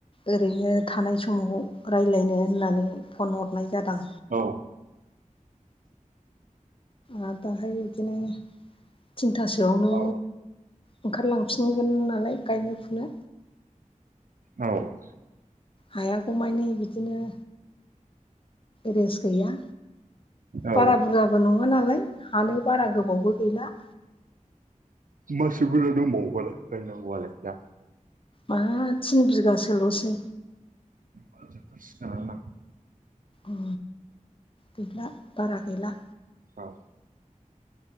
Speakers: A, on the left; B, on the right.
A: ओरैनो थानाय समाव रायलायनो होननानै फन हरनाय जादां
B: औ
A: आर दाहाय बिदिनो थिनथासोआवनो
B: औ
A: ओंखारलांफिनगोन नालाय गायनो फुनो
B: औ
A: हायागौमानि बिदिनो रेस्ट गैया
B: औ
A: बारा बुरजा बो नङा नालाय हानो बारा गोबावबो गैला
B: मासि बुरजा दंबावो फालाय गायनांगौ आलाय दा?
A: मा थिन बिगासोल'सै
B: ओ जोबथार सिगोनानो ना
A: ओ गैला बारा गैला
B: औ